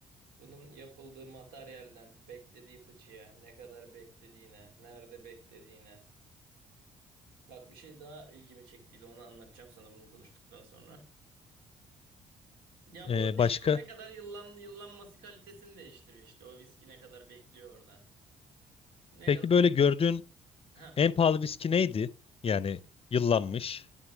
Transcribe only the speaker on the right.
bunun yapıldığı materyalden beklediği fıçıya, ne kadar beklediğine, nerede beklediğine. Bak bir şey daha ilgimi çektiydi onu anlatacağım sana bunu konuştuktan sonra. Ya
bu işte
ne kadar yıllan, yıllanması kalitesini değiştiriyor işte o viski ne kadar bekliyor orada. Ne
kadar
bek...
Ha.